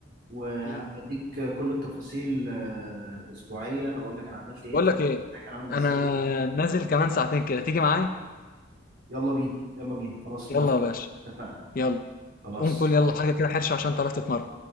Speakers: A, on the right; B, on the left.
A: وهبديك
B: امم
A: كل التفاصيل آه، اسبوعيه هقول لك انا عملت ايه
B: بقول
A: طب
B: لك ايه
A: كان عامل ازاي
B: انا نازل كمان ساعتين كده تيجي معايا
A: يلا بينا يلا بينا خلاص
B: يلا
A: موافق
B: يا باشا
A: اتفقنا
B: يلا
A: خلاص
B: قوم كل يلا حاجة كده حرشة عشان تعرف تتمرن